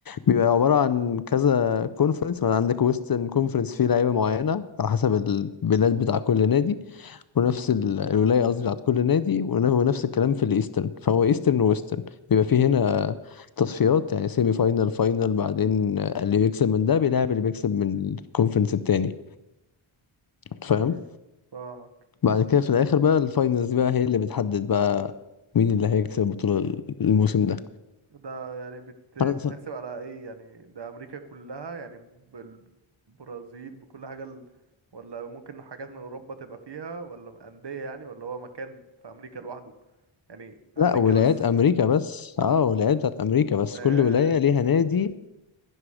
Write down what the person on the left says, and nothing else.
بيبقى عباره عن كذا كونفرنس عندك ويسترن كونفرنس فيه لعيبه معينه على حسب البلاد بتاع كل نادي ونفس ال- الولايه قصدي بتاعت كل نادي ون- ونفس الكلام في الايسترن فهو ايسترن وويسترن بيبقى فيه هنا تصفيات يعني سيمي فاينال فاينال بعدين اللي بيكسب من ده بيلعب اللي بيكسب من الكونفرنس التاني فاهم
بعد كده في الاخر بقى الفاينلز بقى هي اللي بتحدد بقى مين اللي هيكسب البطوله ال- الموسم ده
أنا ت-
لا ولايات
امريكا بس اه ولايات بتاعت امريكا بس
كل ولايه ليها نادي